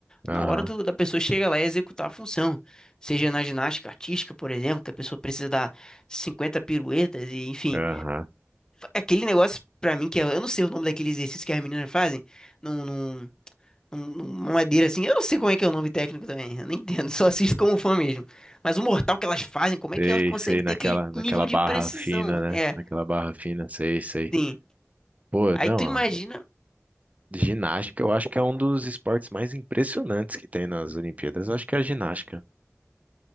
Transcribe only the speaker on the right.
aham,
aham.
Sei,
sei, naquela,
naquela
barra
fina, né?
Naquela barra fina, sei, sei.
Pô,
não,
ó,
ginástica eu acho que é um dos esportes mais impressionantes que tem nas Olimpíadas. Eu acho que é a ginástica.